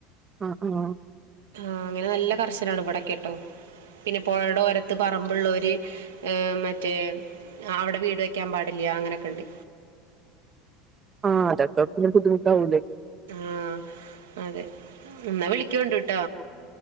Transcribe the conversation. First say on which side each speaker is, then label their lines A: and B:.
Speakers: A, on the right; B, on the right.
A: ആഹ ആഹ
B: ആ അങ്ങനെ നല്ല കർശന ഇവിടെൊക്കെ കേട്ടോ പിന്നെ പുഴയുടെ ഓരത്ത് പറമ്പ്ുള്ളവര് മറ്റേ അവിടെ വീട് വെക്കാൻ പാടില്ല അങ്ങനൊക്കെണ്ട്
A: ആഹ് അതൊക്കെ പിന്നെ ബുദ്ധിമുട്ടാവൂലേ
B: ആഹ അതെ എന്നാ വിളിക്കോണ്ടട്ട